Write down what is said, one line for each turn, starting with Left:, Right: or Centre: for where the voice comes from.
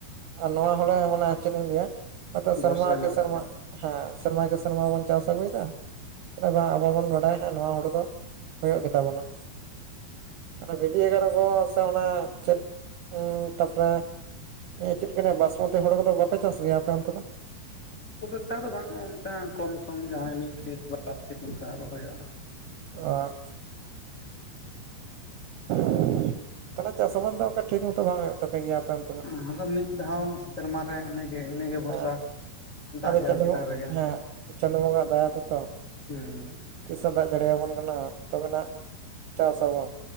Right: ᱟᱨ ᱱᱚᱣᱟ ᱦᱚᱞᱮ ᱢᱟᱱᱮ ᱪᱮᱫ ᱤᱧ ᱞᱟᱹᱭᱟ ᱦᱚᱭᱛᱚ ᱥᱮᱨᱢᱟ
Left: ᱵᱷᱚᱨᱥᱟ ᱧᱚᱜ
Right: ᱠᱮ ᱥᱮᱨᱢᱟ
Left: ᱠᱟᱛᱮᱫ
Right: ᱦᱮᱸ ᱥᱮᱨᱢᱟ ᱠᱮ ᱥᱮᱨᱢᱟ ᱵᱚᱱ ᱪᱟᱥ ᱟᱹᱜᱩᱭ ᱫᱟ ᱛᱟᱦᱞᱮ‌ ᱢᱟ ᱟᱵᱚ ᱵᱚᱱ ᱵᱟᱰᱟᱭᱟ ᱦᱟᱸᱜ ᱱᱚᱣᱟ ᱦᱩᱲᱩ ᱫᱚ ᱦᱳᱭᱳᱜ ᱜᱮ ᱛᱟᱵᱚᱱᱟ ᱵᱤᱵᱤ ᱮᱜᱟᱨᱚ ᱠᱚ ᱥᱮ ᱚᱱᱟ ᱪᱮᱫ ᱛᱟᱯᱚᱨᱮ ᱤᱭᱟᱹ ᱪᱮᱫ ᱠᱚ ᱞᱟᱹᱭᱟ ᱵᱟᱥᱢᱚᱛᱤ ᱦᱚᱲ ᱠᱚᱫᱚ ᱵᱟᱯᱮ ᱪᱟᱥ ᱜᱮᱭᱟ ᱟᱯᱮ ᱚᱱᱛᱮ ᱫᱚ?
Left: ᱠᱷᱩᱵ ᱮᱠᱴᱟ ᱫᱚ ᱵᱟᱝᱟ ᱚᱱᱠᱟ ᱠᱚᱢ ᱥᱚᱢ ᱡᱟᱦᱟᱸᱭ ᱢᱤᱫ ᱠᱷᱮᱛ ᱵᱟᱨ ᱠᱷᱮᱛ ᱚᱱᱠᱟ ᱨᱚᱦᱚᱭᱚᱜᱼᱟ ᱾
Right: ᱚᱻ <inaudible> ᱛᱟᱞᱦᱮ ᱪᱟᱥ ᱟᱵᱟᱫ ᱫᱚ ᱚᱱᱠᱟ ᱴᱷᱤᱠ ᱢᱚᱛᱚ ᱵᱟᱝ ᱦᱩᱭᱩᱜ ᱛᱟᱯᱮ ᱜᱮᱭᱟ ᱟᱯᱮ ᱚᱱᱛᱮ ᱫᱚ ᱾
Left: ᱚᱱᱟ ᱫᱚ ᱢᱤᱫ ᱫᱷᱟᱣ ᱥᱮᱨᱢᱟ ᱨᱮ ᱤᱱᱟᱹᱜᱮ ᱤᱱᱟᱹᱜᱮ
Right: ᱦᱮᱸ
Left: ᱵᱷᱚᱨᱥᱟ ᱫᱟᱜ
Right: ᱟᱫᱚ
Left: ᱡᱟᱹᱲᱤ
Right: ᱪᱟᱸᱫᱳ
Left: ᱪᱮᱛᱟᱱ ᱨᱮᱜᱮ
Right: ᱦᱮᱸ ᱪᱟᱸᱫᱳ ᱵᱚᱸᱜᱟᱭᱟᱜ ᱫᱟᱭᱟ ᱛᱮᱛᱚ
Left: ᱦᱩᱸ
Right: ᱛᱤᱥᱮ ᱫᱟᱜ ᱡᱟᱹᱲᱤ ᱟᱵᱚᱱ ᱠᱟᱱᱟ ᱛᱚᱵᱮᱱᱟᱜ ᱪᱟᱥ ᱟᱵᱚᱱ